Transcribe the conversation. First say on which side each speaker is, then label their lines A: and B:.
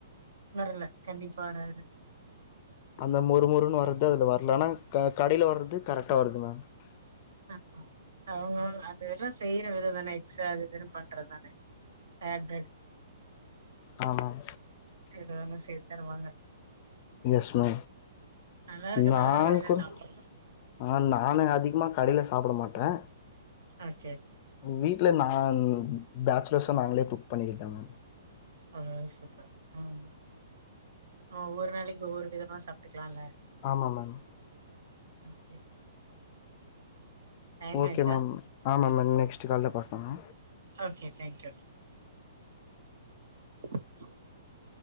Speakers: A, on the right; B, on the left.
A: வரல கண்டிப்பா வராது
B: அந்த மொறு மொறுன்னு வர்றது அதுல வரலனா கடையில வர்றது கரெக்டா வருது மேம்
A: ஆ அவுங்க அத எல்லா செய்யற விதோ தானே எக்ஸ்ட்ரா அது இதுன்னு பண்றதுதானே ஆட்
B: ஆமாம்
A: ஏதுவா இருந்தாலு சேத்து தருவாங்க
B: ஸ் மே
A: நல்லா இருக்கனால
B: நா
A: தான கடையில
B: கூட
A: சாப்றோ
B: ஆ நானு அதிகமா கடயில சாப்ட மாட்டே
A: ஓகே
B: ஆ வீட்ல நா பேச்லர்ஸா நாங்களே கொம் பண்ணிகிட்டாங்க
A: ஆ சூப்பர் ம் ஆ ஒவ்வொரு நாளைக்கு ஒவ்வொரு விதமா சாப்ட்டுக்கலாம்ல
B: ஆமா மேம்
A: ஓகே டைம்
B: ஓகே
A: ஆயிச்சா
B: மேம் மேம் நெக்ஸ்ட்டு கால்ல பாக்கலா
A: ஓகே தேங்க்யூ <inaudible>